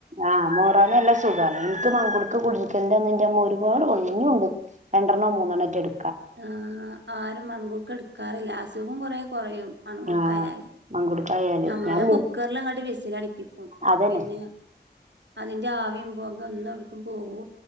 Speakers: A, on the right; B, on the right.
A: ആ മോ പണിയല്ല സുഖണ് എനിക്ക് മങ്കുടുക്ക കുടിക്കൽന്റെന്ന് ന്റെമ്മ ഒരുപാട് കൊണ്ട്ന്ന് ഇഞ്ഞും ഉണ്ട് രണ്ടെണ്ണം മൂന്നെണ്ണം റ്റട്
B: ആ ആരും മൺകുക്ക് എടുക്കാറില്ല അസുഖം കുറെ കുറയും മൺകുക്ക
A: ആഹ്
B: ആയല്
A: മങ്കുടുക്കായാല്
B: നമ്മള
A: ഞാൻ
B: കുക്കറൽങ്ങട്ട് വിസി ലടി പ്പിക്കും
A: അതന്നെ
B: പിന്നെ അതിന്റെ ആവിയും പോകെ ഒന്ന് പോവോ